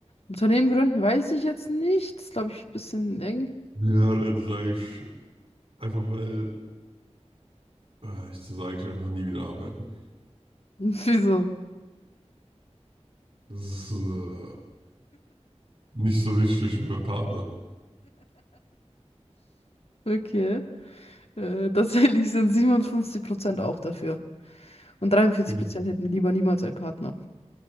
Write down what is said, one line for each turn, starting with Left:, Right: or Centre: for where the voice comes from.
Left: Unternehmen gründen weiß ich jetzt nicht. Das ist, glaube ich, ein bisschen eng.
Right: Ja, dann sage ich einfach, weil äh, ich sage ich einfach nie wieder arbeiten.
Left: <laughs> Wieso?
Right: Das ist äh, nicht so wichtig für meinen Partner.
Left: Okay. Äh, tatsächlich sind 57% auch dafür. Und 43%
Right: Finde ich,
Left: hätten lieber niemals einen Partner.